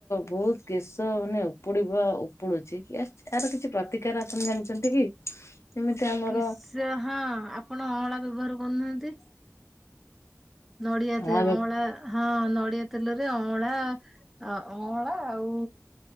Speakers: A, on the left; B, in the centre.
A: ବହୁତ କେଶ ମାନେ ଉପୁଡିବ ଉପୁଡୁଚି, ଆର କିଛି ପ୍ରତିକାର ଆପଣ ଜାଣିଚନ୍ତି କି? ଯେମିତି ଆମର
B: କେଶ ହଁ ଆପଣ ଅଁଳା ବ୍ୟବହାର କରୁନାହାନ୍ତି। ନଡ଼ିଆ
A: ଧଳା
B: ତେ ଅଁଳା ହଁ ନ ଡିଆ ତେଲରେ ଅଁଳା ଅଁଳା ଆଉ